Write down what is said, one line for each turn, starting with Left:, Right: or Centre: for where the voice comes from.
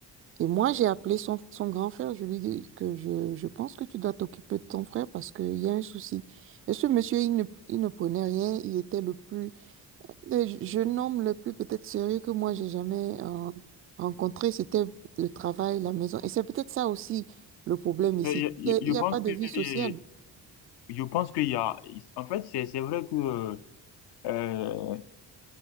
Right: Et moi, j'ai appelé son, son grand frère. Je lui dis que je, je pense que tu dois t'occuper de ton frère parce qu'il y a un souci. Et ce monsieur, il ne, il ne prenait rien. Il était le plus, le jeune homme le plus peut-être sérieux que moi, j'ai jamais euh, rencontré. C'était le travail, la maison. Et c'est peut-être ça aussi le problème
Left: je,
Right: ici. Il n'y a
Left: je pense
Right: y a pas de
Left: que,
Right: vie sociale.
Left: je pense qu'il y a, en fait, c'est, c'est vrai que, euh,